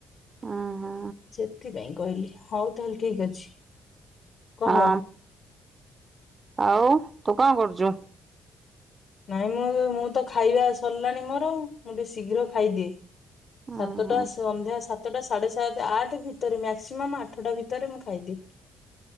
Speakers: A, on the right; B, on the left.
A: ଉଁ ହୁଁ
B: ସେଥିପାଇଁ। କହିଲି ହଉ ତାହେଲେ ଠିକ ଅଛି। କହ।
A: ଅଁ ଆଉ ତୁ କଣ କରୁଚୁ?
B: ନାଇଁ ମୁଁ ଉ ମୁଁ ତ ଖାଇବା ସରିଲାଣି ମୋର ମୁଁ ଟିକେ ଶୀଘ୍ର ଖାଇଦିଏ।
A: ଉଁ
B: ସାତଟା
A: ହୁଁ
B: ସନ୍ଧ୍ୟା ସାତ୍ ସାତଟା ସାଢେ ସାତ ଆଠ ଭିତରେ ମ୍ୟାକ୍ସିମମ୍ ଆଠଟା ଭିତରେ ମୁଁ ଖାଇଦିଏ।